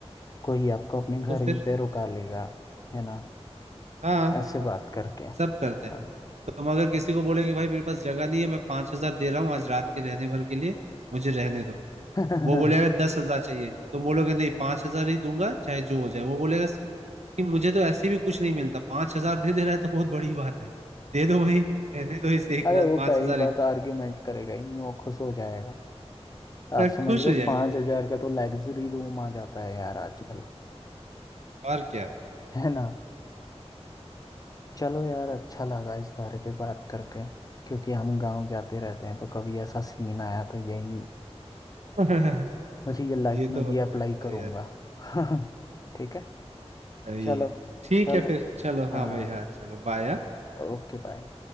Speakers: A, on the left (about 35°); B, on the right (about 85°).
A: कोई आपको अपने घर
B: तो फिर
A: भी पे रुका लेगा है ना
B: हाँ
A: ऐसे बात करके हाँ
B: सब करते हैं तुम अगर किसी को बोले कि भाई मेरे पास जगह नहीं है मैं पांच हजार दे रहा हूँ आज रात के रहने भर के लिए मुझे रहने दो
A: <laughs>
B: वो बोलेगा दस हजार चाहिए तुम बोलोगे नहीं पांच हजार ही दूंगा चाहे जो हो जाए वो बोलेगा "स- कि मुझे तो ऐसे भी कुछ नहीं मिलता पांच हजार दे दे रहा है तो बहुत बड़ी बात है दे दो भाई रहने दो इसे एक
A: अरे
B: रात
A: वो
B: पांच
A: पहली
B: हजार
A: बात आर्ग्यूमेंट करेगा ही नहीं वो खुश हो जाएगा
B: मैं
A: आप समझ
B: खुश
A: लो
B: हो जाएगा
A: पांच
B: वो
A: हजार
B: कभी
A: का तो लग्जरी रूम आ जाता है यार आजकल
B: और क्या
A: है ना चलो यार अच्छा लगा इस बारे पे बात करके क्योंकि हम गांव जाते रहते हैं तो कभी ऐसा सीन आया तो यही
B: <laughs>
A: रियल लाइफ
B: ये तो
A: में
B: होते
A: भी अप्लाई
B: रहता
A: करूंगा
B: है यार
A: <laughs> ठीक है
B: सही
A: चलो
B: है ठीक
A: चलो
B: है फिर चलो
A: हाँ
B: हाँ भाई हाँ चलो बाय
A: ओके बाय